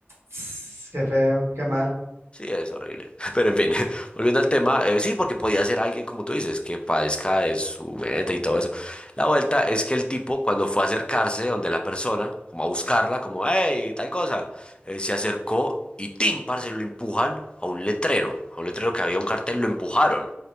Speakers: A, on the right; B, on the left.
A: Tss, Qué feo, qué mal.
B: Sí, es horrible. <laughs> Pero en fin, <laughs> volviendo al tema, eh, sí, porque podía ser alguien, como tú dices, que padezca de su mente y todo eso. La vuelta es que el tipo, cuando fue a acercarse donde la persona, como a buscarla, como, hey, tal cosa, eh, se acercó y ¡tim! parce, lo empujan a un letrero, a un letrero que había un cartel, lo empujaron.